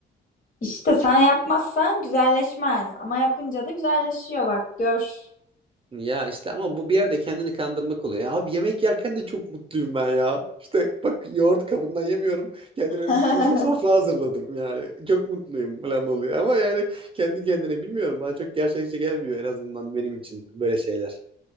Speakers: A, on the left (about 45°); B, on the right (about 25°).
A: İşte sen yapmazsan güzelleşmez ama yapınca da güzelleşiyor bak gör.
B: Ya işte ama bu bir yerde kendini kandırmak oluyor. Ya abi yemek yerken de çok mutluyum ben ya. İşte bak yoğurdu kabından yemiyorum. Kendime
A: <laughs>
B: mis gibi so- sofra hazırladım yani. Çok mutluyum falan oluyor. Ama yani kendi kendine bilmiyorum. Bana çok gerçekçi gelmiyor en azından benim için böyle şeyler.